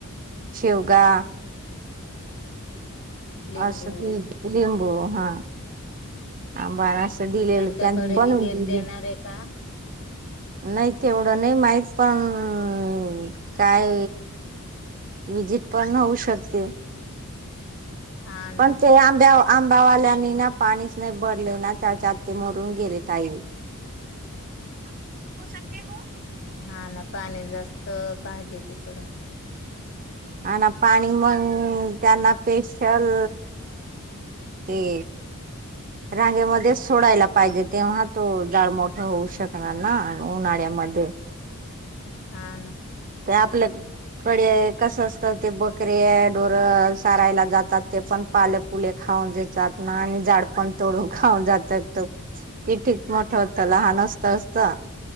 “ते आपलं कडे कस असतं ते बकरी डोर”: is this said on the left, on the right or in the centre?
Right